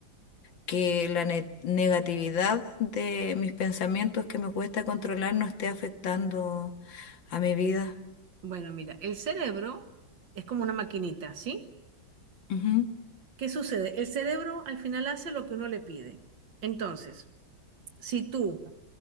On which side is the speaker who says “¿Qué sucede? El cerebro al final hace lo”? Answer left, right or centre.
Right